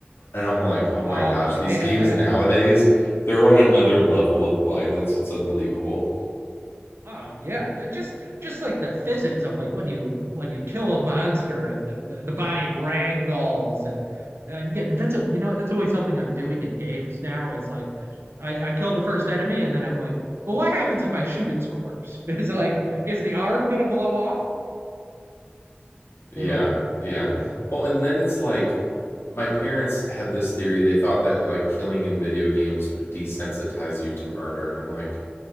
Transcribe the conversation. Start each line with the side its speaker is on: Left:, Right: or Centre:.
Left: And I'm like, oh my
Right: Oh,
Left: gosh,
Right: well, they
Left: these
Right: can't
Left: games
Right: have that.
Left: nowadays, they're on another level of violence. It's unbelievable.
Right: Oh yeah, Uh, just just like the physics of like when you when you kill a monster and the, the, the body ragdolls and and yeah, that's a, you know that's always something I'm doing in games now is like I, I kill the first enemy and then I'm like, well, what happens if I shoot its corpse? <laughs> Is it like is the arm gonna blow off?
Left: Yeah,
Right: Oh,
Left: yeah.
Right: good.
Left: Well, and then it's like my parents had this theory. They thought that like killing in video games would desensitize you to murder. And I'm like,